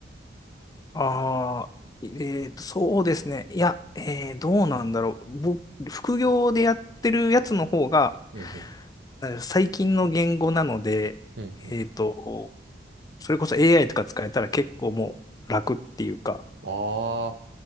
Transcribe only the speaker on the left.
ああ、えーと、そうですね。いや、えー、どうなんだろう。僕、副業でやってるやつの方が、
なんか最近の言語なので、
えーと、それこそ AI とか使えたら結構もう楽っていうか、